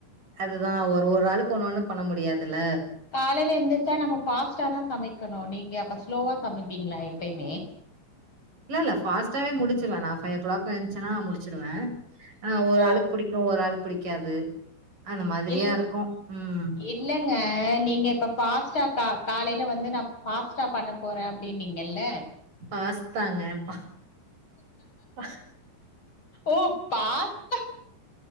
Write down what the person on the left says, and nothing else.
காலையில எந்திரச்சா நம்ம ஃபாஸ்ட்டா தா சமைக்கணூ நீங்க அப்ப ஸ்லோவா சமைப்பீங்களா எப்பய்மே
ஓ
இல்ல
இல்லங்க நீங்க இப்போ ஃபாஸ்ட்டா கா காலையில்ல வந்து நா ஃபாஸ்ட்டா பண்ண போறே அப்படின்னீங்கள்ல்ல
ஓ பாஸ்தா